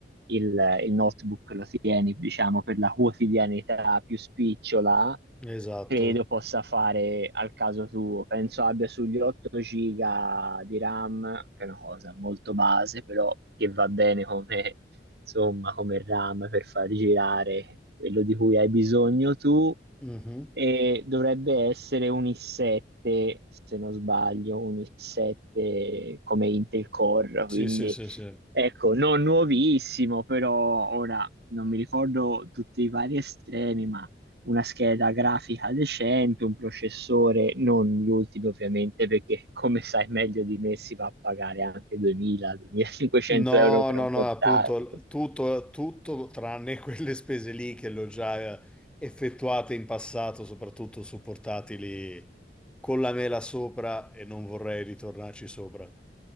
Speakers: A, on the right; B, in the centre.
A: il, il notebook lo tieni, diciamo, per la quotidianità più spicciola
B: Esatto.
A: credo possa fare al caso tuo. Penso abbia sugli 8 giga di RAM, che è una cosa molto base, però che va bene come, insomma, come RAM per far girare quello di cui hai bisogno tu
B: Mhm.
A: e dovrebbe essere un i7, se non sbaglio, un i7 come Intel Core,
B: Sì,
A: quindi
B: sì, sì, sì.
A: ecco, non nuovissimo, però ora non mi ricordo tutti i vari estremi, ma una scheda grafica decente, un processore, non gli ultimi ovviamente, perché come sai meglio di me si va a pagare anche 2000-2500
B: No,
A: euro per
B: no,
A: un
B: no,
A: portatile.
B: appunto, tutto, tutto tranne <laughs> quelle spese lì che le ho già eh, effettuate in passato, soprattutto su portatili con la mela sopra e non vorrei ritornarci sopra.